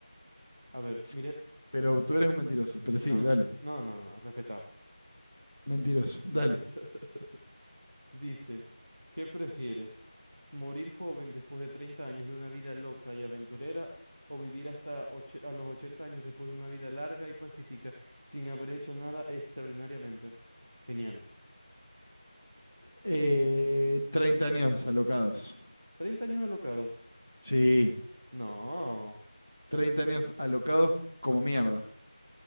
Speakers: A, on the right; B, on the right.
A: A ver,
B: Sí,
A: mire.
B: pero tú eres un mentiroso. Pero sí,
A: No,
B: dale.
A: no, no, no, respeta.
B: Mentiroso, dale.
A: <laughs> Dice, ¿qué prefieres? ¿Morir joven después de 30 años de una vida loca y aventurera o vivir hasta och- a los 80 años después de una vida larga y pacífica sin haber hecho nada extraordinariamente? Genial.
B: Eh, 30 años alocados.
A: treinta años alocados.
B: Sí.
A: No,
B: treinta años alocados como mierda.